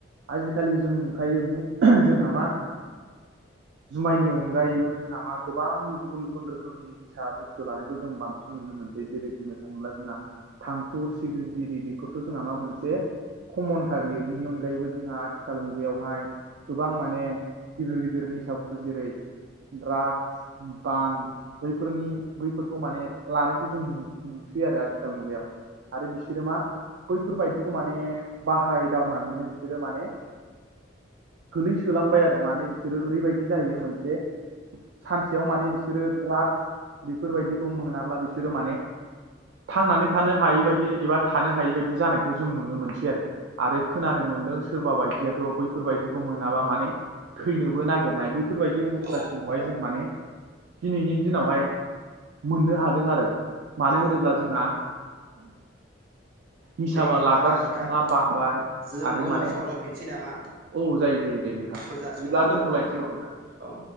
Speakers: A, on the right (about 70°); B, on the right (about 50°).
A: आजिखालि जों नुखायो जोंहा मा जुमायनि अनगायैबो जोंहा मा गोबां गुबुन गुबुन रोखोमनि सा बुस्थु लानायखौ जों बांसिन नुनो मोनसै जेरै बुंनो थाङोब्ला जोंहा थांखु सिग्रिट बिरि बेफोरथ' जोंहा मा मोनसे खमनखा बियो बिनि अनगायैबो जोंहा आथिखाल मुगायावहाय गोबां माने गिदिर गिदिर निसा बुस्थु जेरै ड्राग बां फोरनि बैफोरखौ माने लानायखौ जों नुसै आरो आथिखाल मुगायाव। आरो बिसोरो मा बैफोरबायदिखौ माने बाहायदावनानैनो बिसोरो माने गोलैसोलांबाय आरो माने बिसोरो ओरैबायदि जाहैयो मोनसे सानसेयाव माने बिसोरो द्राग्स बेफोरबायदिखौ मोनाब्ला बिसोरो माने थांनानै थानो हायै बायदि एबा थानो हायै बायदि जानायखौ जों नुनो मोनसै आरो। आरो खोनानो मोनदों सोरबा बायदियाथ' बैफोरबायदिखौ मोनाबा माने थैनोबो नागिरनाय बैफोरबायदि अबस्थासिमखौहाय
B: औ
A: जों माने दिनैनि दिनावहाय मोननो हादों आरो मानो
B: औ
A: होनोब्ला जोंहा निसाबा
B: दे होमबाना
A: लाग्रा
B: नोंथां
A: सुबुङा बांबाय
B: जों
A: आरो
B: उनाव
A: माने
B: सावरायफिनसै
A: औ
B: नामा
A: जायो जायो दे नोंथां
B: फुजा
A: बिदिब्ला
B: समाबो
A: दोनथ'लायनोसै
B: जाबाय
A: औ नोंथां।
B: औ।